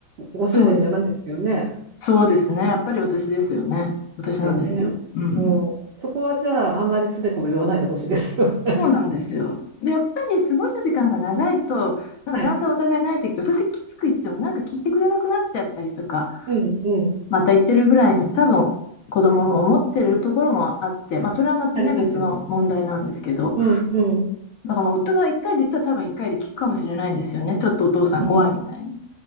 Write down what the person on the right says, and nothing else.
ご主人じゃないですよね。
ですよね。
うん。そこはじゃあ、あんまりつべこべ言わないでほしいですよね。
<laughs> はい。
うんうん。
ありますよ。うんうん。
うん、